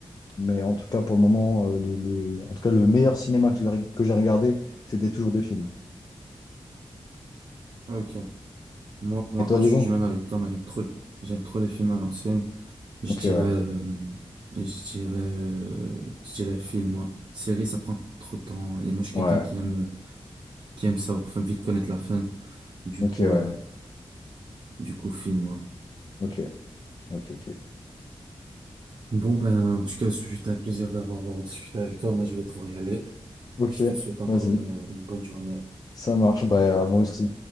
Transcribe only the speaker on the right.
Ok. Moi, pour
ma
part,
je suis
du même avec toi. Moi, j'aime trop, j'aime trop les films à l'ancienne. Je
dirais,
euh, je dirais, euh, je dirais film, moi. Série, ça prend trop de temps. Et moi, je suis
quelqu'un qui aime, euh, qui aime ça, enfin, vite connaître la fin. Du
coup,
euh, du coup, film, moi.
Bon, ben, en tout cas, c'était un plaisir d'avoir euh, discuté avec toi. Moi, je vais devoir y aller.
Je te souhaite encore
une, une bonne journée.